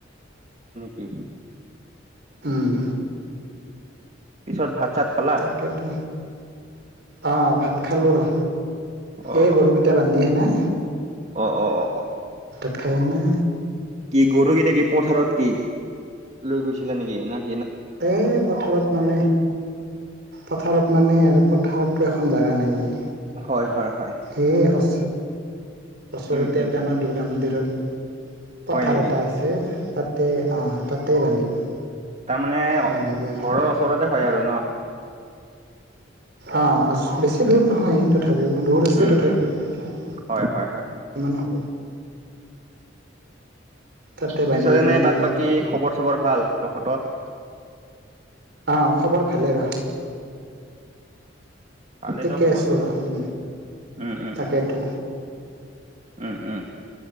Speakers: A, on the right (about 40°); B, on the right (about 60°).
A: কি?
B: উম।
A: পিছত ভাত চাত খালা?
B: তাকেতো অ', ভাত খালোঁ ৰ
A: অ
B: এই গৰু কেইটা বান্ধি কেণে
A: অ', অ', অ', অ'।
B: খায় কেনে
A: কি গৰু কেইট কি পথাৰত কি, লৈ গৈছিলা নেকি ন
B: এই পথাৰত মানে পথাৰত মানে আৰু পথাৰতো এখন জেগা নাইয়ে।
A: হয়, হয়। হয়।
B: এ আচ ওচৰতে
A: উম উম
B: এটা
A: উম।
B: আমাৰ দুৰ্গা মন্দিৰও পথাৰ
A: হয় নেকি?
B: এটা আছে তাতে, অ', তাতে বান্ধি দিম।
A: তাৰমানে
B: বান্ধি দিয়া হয়
A: ঘৰৰ ওচৰতে হয় আৰু ন?
B: অ উচ্, বেছি দূৰত নহয়। তথাপিও দূৰ আছে
A: উম
B: তথাবেও
A: উম উম। হয় হয় হয়।
B: তাতে
A: পিছত
B: বান্ধি
A: এনে
B: আহিলো
A: বাদ বাকী খবৰ চবৰ ভাল তহঁতৰ?
B: অ', খবৰ ভালেই ৰ।
A: কালেতো
B: ঠিকে
A: হ'ব
B: আছো
A: লাগে।
B: ৰ উম
A: উম, উম,
B: তাকেতো
A: উম। উম, উম।